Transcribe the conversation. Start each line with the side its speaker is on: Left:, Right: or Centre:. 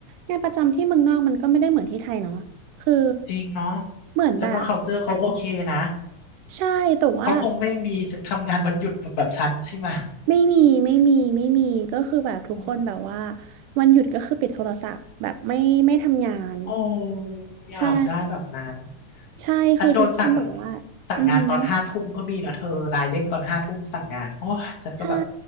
Right: งานประจำที่เมืองนอกมันก็ไม่ได้เหมือนที่ไทยเนาะคือ
Left: จริงเนาะ
Right: เหมือนแบบ
Left: ฉันว่า culture เขาโอเคนะ
Right: ใช่แต่ว่า
Left: เขาคงไม่มีทำงานวันหยุดแบบแบบฉันใช่ไหม
Right: ไม่มีไม่มีไม่มีก็คือแบบทุกคนแบบว่า
Left: อืม
Right: วันหยุดก็คือปิดโทรศัพท์แบบไม่ไม่ทำงาน
Left: โอ้อยากได้แบบนั้น
Right: ใช่ใช่คือทุกคนแบบว่าอือหือ
Left: ฉันโดนสั่งสั่งงานตอนห้าทุ่มก็มีนะเธอไลน์เด้งตอนห้าทุ่มสั่งงานโอ้ยฉันก็แบบ
Right: ใช่